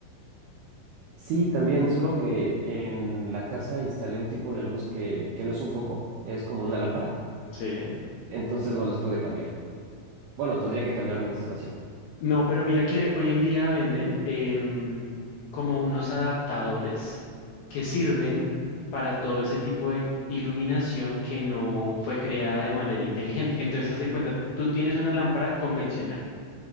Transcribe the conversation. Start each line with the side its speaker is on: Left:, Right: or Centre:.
Right: Sí, también, solo que en la casa instalé un tipo de luz que, que no es un foco, es como una lámpara,
Left: Sí.
Right: entonces no las pude cambiar. Bueno, tendría que cambiar la instalación.
Left: No, pero mira que hoy en día venden em, como unos adaptadores que sirven para todo ese tipo de iluminación que no fue creada de manera inteligente. Entonces, haz de cuenta, tú tienes una lámpara convencional